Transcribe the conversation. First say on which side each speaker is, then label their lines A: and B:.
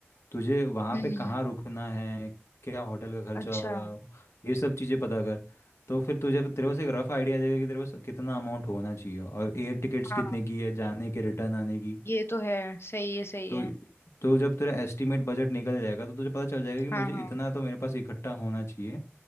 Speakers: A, on the left (about 80°); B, on the left (about 60°).
A: तुझे वहाँ
B: हम्म
A: पे कहाँ रुकना है क्या होटल का खर्चा
B: अच्छा
A: होगा ये सब चीज़ें पता कर तो फिर तुझे तेरे पास एक रफ आइडिया आ जाएगा कि तेरे पास कितना अमाउंट होना चाहिए और एयर टिकट्स
B: हाँ
A: कितने की है जाने के रिटर्न आने की
B: ये तो है सही है सही
A: तो
B: है
A: तो जब तेरा एस्टिमेट बजट निकल जाएगा तो तुझे पता चल जाएगा कि मुझे
B: हाँ हाँ
A: इतना तो मेरे पास इकट्ठा होना चाहिए